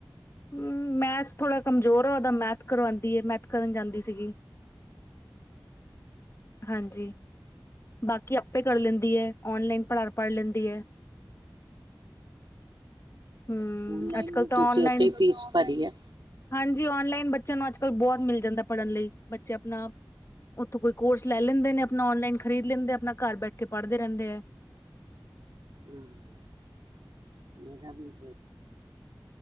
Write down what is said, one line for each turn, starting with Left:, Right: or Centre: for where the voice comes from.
Left: ਹਮ ਮੈਥ ਥੋੜ੍ਹਾ ਕਮਜ਼ੋਰ ਆ ਉਹਦਾ ਮੈਥ ਕਰਵਾਉਦੀ ਹੈ ਮੈਥ ਕਰਨ ਜਾਂਦੀ ਸੀਗੀ ਹਾਂਜੀ ਬਾਕੀ ਆਪੇ ਕਰ ਲੈਂਦੀ ਹੈ ਓਨਲਾਈਨ ਪੜ੍ਹਾ ਪੜ੍ਹ ਲੈਂਦੀ ਹੈ ਹਮ
Right: ਓਨਲਾਈਨ
Left: ਅੱਜ ਕੱਲ
Right: ਵੀ
Left: ਤਾਂ
Right: ਤੁਸੀਂ
Left: ਔਨਲਾਈਨ
Right: ਓਥੇ ਹੀ ਫੀਸ ਭਰੀ ਆ
Left: ਹਾਂਜੀ ਔਨਲਾਈਨ ਬੱਚਿਆਂ ਨੂੰ ਅੱਜ ਕੱਲ ਬਹੁਤ ਮਿਲ ਜਾਂਦਾ ਪੜ੍ਹਨ ਲਈ ਬੱਚੇ ਆਪਣਾ ਉੱਥੋਂ ਕੋਈ ਕੋਰਸ ਲੈ ਲੈਂਦੇ ਨੇ ਆਪਣਾ ਔਨਲਾਈਨ ਖ਼ਰੀਦ ਲੈਂਦੇ ਆਪਣਾ ਘਰ ਬੈਠ ਕੇ ਪੜ੍ਹਦੇ ਰਹਿੰਦੇ ਹੈ
Right: ਹਮ <unintelligible> ਹੂੰ ਹੂੰ <inaudible>